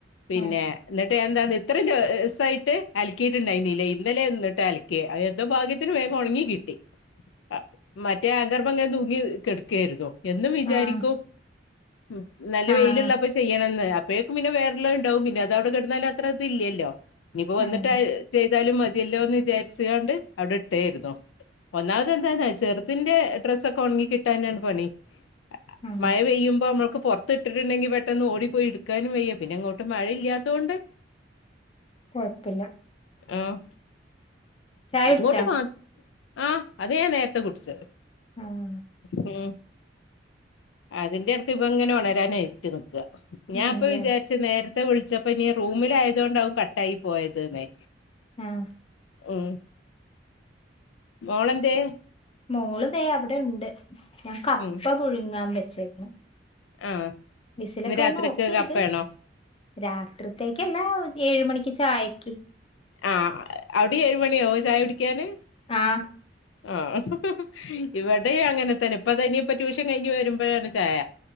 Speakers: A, on the left (about 80°); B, on the left (about 30°).
A: പിന്നേ
B: ആഹ്
A: ഇന്നിട്ട് എന്താത് ഇത്രീം ദിവസായിട്ട് അലക്കീട്ട് ഇണ്ടായ്നില ഇന്നലെ ഇന്നിട്ട് അല ക്യാ അഹ് എന്തോ ഭാഗ്യത്തിന് വേഗം ഒണങ്ങി കിട്ടി അ മറ്റേ ആങ്കർമ്മ ഇങ്ങന തൂങ്ങി കെട് കേർന്നു എന്നും വിചാരിക്കും
B: ആഹ്
A: ഉം നല്ല
B: ആഹ്
A: വെയില്ള്ളപ്പൊ ചി ചെയ്യണന്ന് അപ്പഴേക്കും പിന്നെ വേറെള്ളത്ണ്ടാവും പിന്നെ അതവ്ടെ കെട്ന്നാലും അത്ര ഇതില്ല്യലൊ ഇഞിപ്പൊ വന്ന്ട്ടാ
B: ആഹ്
A: ചെയ്താലും മതിയല്ലോന്ന് വിചാര്ച്ചികാണ്ട് അവ്ടെ ഇട്ടെതെര്ന്നു. ഒന്നാമത് എന്താന്നൊ ചെര്തിന്റേ ഡ്രസ്സൊക്ക ഒണങ്ങികിട്ടി. ട്ടാനാണ് പണി അ അ
B: ആഹ്
A: മഴ പെയ്യുമ്പൊ ഞമ്മൾക്ക് പൊർ ത്തിട്ട്ട്ടിണ്ടെങ്കി പെട്ടെന്ന് ഓടിപ്പോയി ഇട്ക്കാനും വയ്യാ പിന്നെ ഇങ്ങോട്ട് മഴയില്ല്യാതോണ്ട്.
B: കൊഴപ്പില്ല
A: ആഹ്
B: ചായ കുടിച്ചാ
A: ഇങ്ങോട്ട് മാ ആഹ് അത് ഞാ നേര്ത്തെ കുടിച്ച്.
B: ആഹ്
A: ഉം അതിന്റെ എടക്ക്‌ ഇവനിങ്ങനെ ഉണരാനായിറ്റ് ന്നിക്ക ഞാൻ
B: ആണല്ലേ
A: ഇപ്പ വിചാരി ച്ച് നേര്ത്തെ വുളിച്ചപ്പൊ നീ റൂമിലായതോണ്ടാവും കട്ടായി പോയത് ന്നെ
B: ആഹ്
A: ഉം മോളെന്തേ.
B: മോള് ഇതേ അവ്ടെ ഉണ്ട് ഞാൻ കപ്പ
A: ഉം
B: പുഴുങ്ങാൻ വെച്ചേക്ക്ണ്
A: ആഹ്
B: വിസിലൊക്കവന്ന്
A: ഇന്ന് രാത്രിക്ക്
B: ഓഫീത്.
A: കപ്പയാണോ
B: രാത്രിത്തേക്കല്ലാ ഏയ് മണിക്ക് ചായക്ക്.
A: ആഹ് അവ്ടിം ഏയ് മണിആവൊ ചായകുടിക്കാന്.
B: ആഹ്
A: ആഹ് ഇവടയും അങ്ങനെ തന്നെ ഇപ്പത ഇനി ഇപ്പതാ ട്യൂഷൻ കഴിഞ്ഞ് വരുമ്പഴാണ് ചായ.